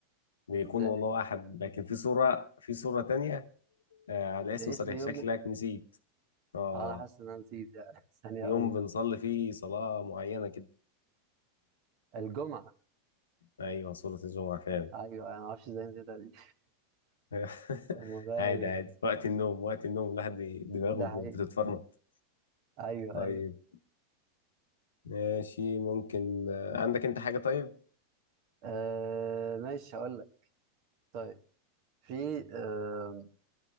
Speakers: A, on the left; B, on the right.
A: بيكون
B: إزاي
A: والله احد لكن في صورة في صورة تانية آه على اسم
B: ده
A: صريح
B: اسم يوم
A: شكلك
B: من
A: نسيت اه
B: آه، أنا حاسس إن أنا نسيت يعني. <laughs> ثانية
A: يوم
B: أقول لك
A: بنصلي فيه صلاة معينة كده
B: الجمعة
A: ايوه صورة الجمعة فعلا
B: أيوه أنا معرفش إزاي نسيتها دي
A: <laughs>
B: <laughs> الموضوع ده يعني
A: عادي عادي وقت النوم وقت النوم الواحد بي- دماغه
B: ده حقيقي
A: بتتفرمط
B: أيوه
A: طيب
B: أيوه
A: ماشي ممكن آه، عندك انت حاجة طيب
B: آه ماشي هقول لك طيب في آه